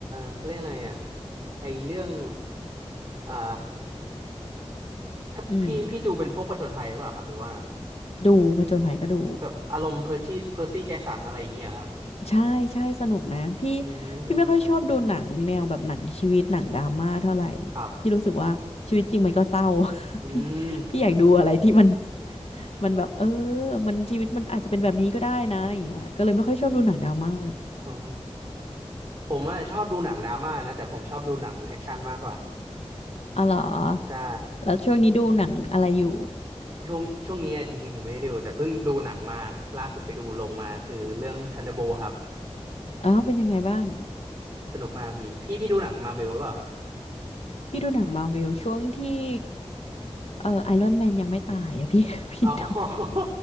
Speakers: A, on the right; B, on the left.
A: เขาเรียกอะไรอ่ะไอเรื่องอ่าถ้าพี่พี่ดูเป็นพวกผจญภัยหรือเปล่าครับหรือว่า
B: อืมดูผจญภัยก็ดู
A: แบบอารมณ์เพอร์ที่เพอร์ซี่แจ็คสันอะไรอย่างเงี้ยเหรอครับ
B: ใช่ใช่สนุกนะพี่
A: อืม
B: พี่ไม่ค่อยชอบดูหนังแนวแบบหนังชีวิตหนังดราม่าเท่าไหร่
A: ครับ
B: พี่รู้สึกว่าชีวิตจริงมันก็เศร้า
A: อืม
B: <laughs> พี่พี่อยากดูอะไรที่มันมันแบบเออมันชีวิตมันอาจจะเป็นแบบนี้ก็ได้นะอย่างเงี้ยก็เลยไม่ค่อยชอบดูหนังดราม่า
A: โอ้ผมอะชอบดูหนังดราม่านะแต่ผมชอบดูหนังแอคชั่นมากกว่า
B: อ๋อเหรอ
A: ใช่
B: แล้วช่วงนี้ดูหนังอะไรอยู่
A: ช่วงช่วงนี้อะจริงๆผมไม่ได้ดูแต่เพิ่งดูหนังมาล่าสุดไปดูลงมาคือเรื่อง Thunderbolt ครับ
B: อ๋อเป็นยังไงบ้าง
A: สนุกมากพี่พี่พี่ดูหนังมาเวลหรือเปล่าครับ
B: พี่ดูหนังมาร์วช่วงที่เออไอรอนแมนยังไม่ตายอะพี่ <laughs> พี่ดู
A: อ๋อ